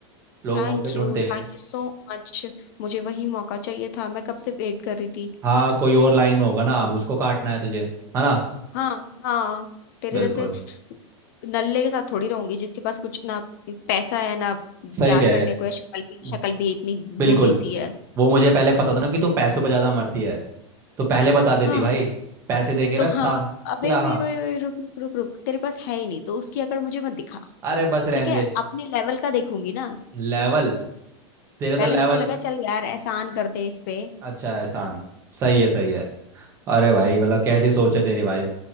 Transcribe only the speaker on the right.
लोग
मौके ढूंढते
हैं
हाँ कोई और लाइन में होगा ना अब उसको काटना है तुझे है ना
बिल्कुल
सही कह
रहे
हैं।
बिल्कुल
वो मुझे पहले
पता था ना कि तू पैसों पे ज्यादा मरती है तो पहले बता देती
भाई पैसे देके
ना
सा
क्या
हाँ
अरे बस
रहने
दे
लेवल तेरे तो
लेवल
अच्छा है, एहसान सही है सही है अरे भाई मतलब कैसी सोच है तेरी भाई